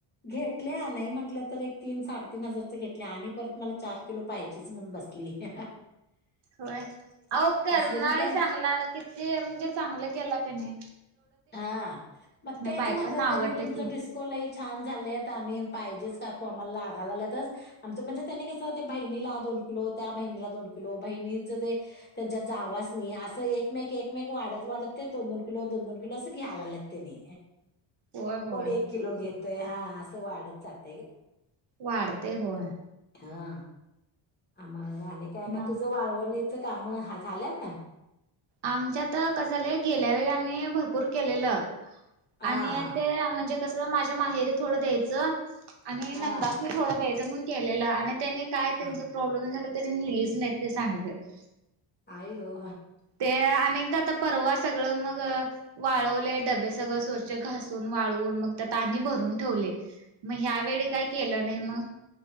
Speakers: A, on the left (about 20°); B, on the right (about 55°).
A: घेतल्या नाही म्हटलं तर एक तीन साडेतीीन हजारच घेतल्या आणि परत मला चार किलो पाहिजेच म्हणून बसले <inaudible>
B: होय आओ कर्नाळी
A: दे मग त्यां
B: चांगला किती म्हणजे चांगलं केला त्यांनी
A: हा मग तेच
B: बायकांना
A: म्हणतात त्यांनी
B: आवडलं
A: तुमच
B: की
A: डिस्को लई छान झालेत आणि पाहिजेच काकू आम्हाला लागाला लातच आमचं म्हणजे त्याने कस बहिणीला ोन किलो त्या बहिणीला दोन किलो बहिणीच ते त्यांच्यात जावच नाही अस एकमेक एकमेक वा वाढत वाढत ते दोन दोन कीलोना अस घ्यालालंत त्यानी
B: होय होय
A: कोण एक किलो घेतय हा असं वाढत जात
B: वाढते हो आहे
A: हा आम आणि काय का
B: मग
A: तुझं वाळवणीच काम हा झाल्यात
B: आमच्यात कस झालंय गेल्या वेळी आम्ही भरपूर केलेलं
A: हा
B: आणि
A: हा
B: ते म्हणजे कस माझ्या माहेरी थोडं द्यायचं आणि
A: हा
B: नंदासने थोडं द्यायचं म्हणून केलेलं आणि त्यांनी काय त्यांच
A: हा
B: प्रॉब्लेम झा इ हिल्स एेत सडक <inaudible>
A: आयो
B: ते अनेकदा आता परवा सगळं मग वाळवले डबे सगळं सो घासून वाळवून मग तर तनी भरून ठेवले मग ह्या वेळी काय केलं नाही मग